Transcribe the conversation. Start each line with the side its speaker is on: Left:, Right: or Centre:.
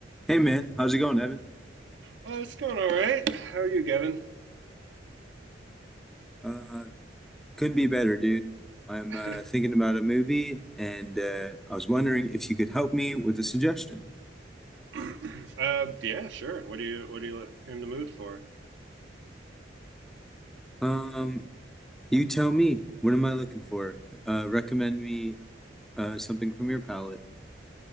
Centre: Hey man, how's
Right: Uh,
Centre: it going, Evan?
Right: it's going all right. How are you, Gavin?
Centre: Uh, couldn't be better, dude. I'm
Right: <clears throat>
Centre: uh, thinking about a movie, and uh, I was wondering if you could help me with a suggestion.
Right: <laughs> uh, yeah, sure. What are you What are you in the mood for?
Centre: Um, you tell me, what am I looking for? Uh, recommend me uh, something from your palette.